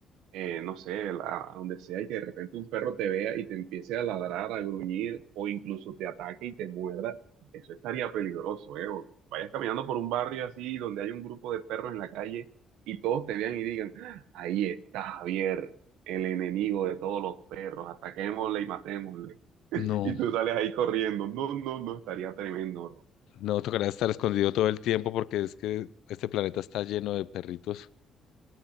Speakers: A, on the right (about 80°); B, on the left (about 80°).
A: eh, no sé, la- a donde sea, y que de repente un perro te vea y te empiece a ladrar, a gruñir, o incluso te ataque y te muerda, eso estaría peligroso, ¿eh? O que vayas caminando por un barrio así donde hay un grupo de perros en la calle y todos te vean y digan, "Ah, ahí está Javier, el enemigo de todos los perros, ataquémosle y matémosle.
B: No,
A: Y tú sales ahí corriendo, no, no, no, estaría tremendo, ¿no?
B: no, tocará estar escondido todo el tiempo porque es que este planeta está lleno de perritos.